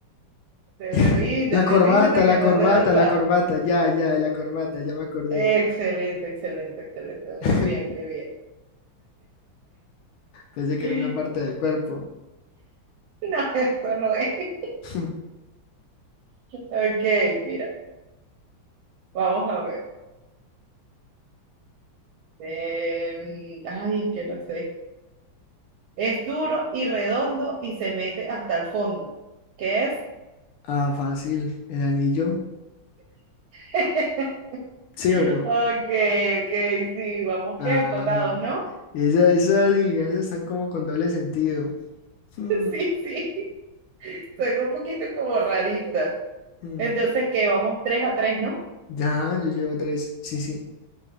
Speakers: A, on the right (about 80°); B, on the left (about 85°).
A: Te
B: <laughs>
A: ríndete,
B: la corbata,
A: ríndete
B: la
A: que no
B: corbata,
A: te lo
B: la
A: sabes.
B: corbata, ya, ya, la corbata, ya me acordé.
A: Excelente, excelente, excelente.
B: <laughs>
A: Muy bien, muy bien.
B: Pensé que
A: <laughs>
B: era una parte del cuerpo.
A: No, eso no es.
B: <laughs>
A: Ok, mira, vamos a ver. Em, ay, es que no sé. Es duro y redondo y se mete hasta el fondo. ¿Qué es?
B: Ah, fácil, el anillo.
A: <laughs>
B: ¿Sí o no?
A: Ok, ok, sí, vamos
B: Ah,
A: que empatados,
B: no.
A: ¿no?
B: Esa- esas adivinanzas están como con doble sentido. <laughs> Mm,
A: <laughs> Sí, sí. Son un poquito como raritas.
B: mm.
A: Entonces, que vamos 3 a tres ¿no?
B: Ya, yo llevo tres. Sí, sí,